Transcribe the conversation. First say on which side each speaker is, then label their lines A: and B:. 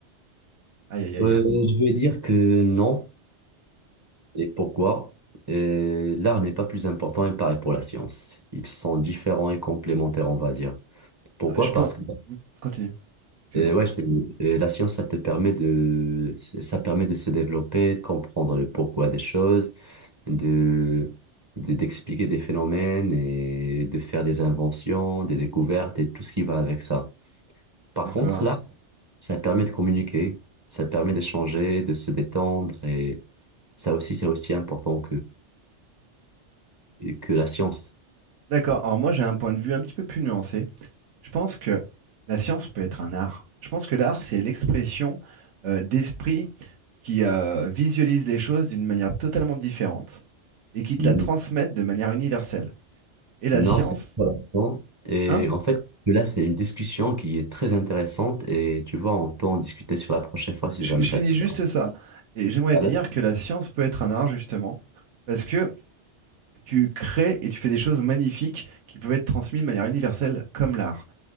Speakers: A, on the right; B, on the right.
A: Aïe, aïe, aïe.
B: Euh, je vais dire que non. Et pourquoi? Euh, l'art n'est pas plus important, et pareil pour la science. Ils sont différents et complémentaires, on va dire. Pourquoi?
A: Ah, Je pense.
B: Parce que
A: Hmm, Continue. Excuse-moi.
B: euh, ouais, je t'ai dit, euh, la science, ça te permet de, ça permet de se développer, de comprendre le pourquoi des choses, de, de- d'expliquer des phénomènes et de faire des inventions, des découvertes et tout ce qui va avec ça. Par
A: D'accord.
B: contre, l'art, ça permet de communiquer, ça permet d'échanger, de se détendre et ça aussi, c'est aussi important que la science.
A: D'accord. Alors moi, j'ai un point de vue un petit peu plus nuancé. Je pense que la science peut être un art. Je pense que l'art, c'est l'expression euh, d'esprit qui euh, visualise les choses d'une manière totalement différente et qui te
B: Mm.
A: la transmettent de manière universelle. Et la
B: Non,
A: science,
B: c'est intéressant. Et
A: hein?
B: en fait, là, c'est une discussion qui est très intéressante et tu vois, on peut en discuter sur la prochaine fois si
A: Je,
B: jamais
A: je
B: ça
A: finis
B: te
A: juste
B: va.
A: ça. Et j'aimerais
B: Allez.
A: te dire que la science peut être un art, justement, parce que tu crées et tu fais des choses magnifiques qui peuvent être transmises de manière universelle comme l'art.